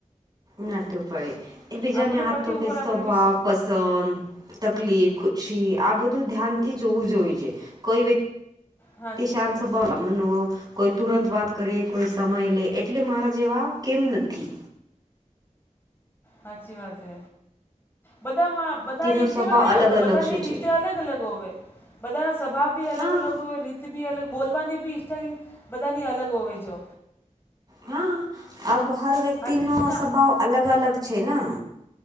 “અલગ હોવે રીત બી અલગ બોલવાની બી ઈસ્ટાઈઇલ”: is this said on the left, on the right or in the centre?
Left